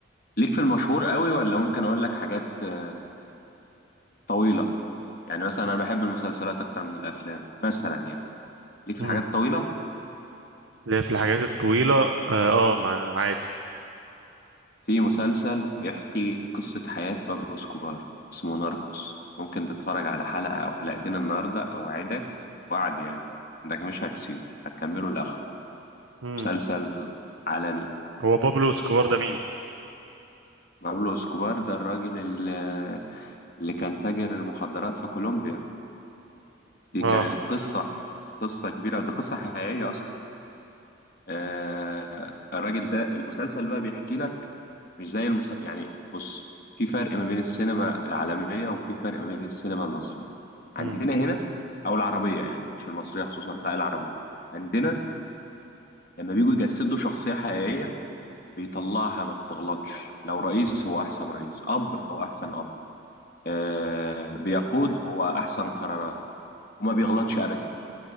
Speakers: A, on the left; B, on the right.
A: ليك في المشهور قوي ولا ممكن اقول لك حاجات آه، طويله يعني مثلا انا بحب المسلسلات اكتر من الافلام مثلا يعني ليك في
B: امم
A: الحاجات الطويله
B: اللي هي في الحاجات الطويله اه, آه مع... عادي
A: في مسلسل بيحكي قصه حياه بابلو اسكوبار اسمه ناركوس ممكن تتفرج على حلقه او حلقتين النهارده اوعدك وعد يعني انك مش هتسيبه هتكمله لاخره
B: امم
A: مسلسل عالمي
B: هو بابلو اسكوبار ده مين
A: بابلو اسكوبار ده الراجل اللي, اللي كان تاجر مخدرات في كولومبيا دي
B: اه
A: كانت قصة قصة كبيرة ودي قصة حقيقية أصلا آه الراجل ده المسلسل بقى بيحكي لك مش زي المسلسل يعني بص في فرق ما بين السينما العالمية وفي فرق ما بين السينما المصرية عندنا
B: امم
A: هنا أو العربية يعني مش المصرية خصوصا لا العربية عندنا لما بيجوا يجسدوا شخصية حقيقية بيطلعها ما بتغلطش لو رئيس هو أحسن رئيس أب فهو أحسن أب آه، بيقود هو احسن قرارات وما بيغلطش ابدا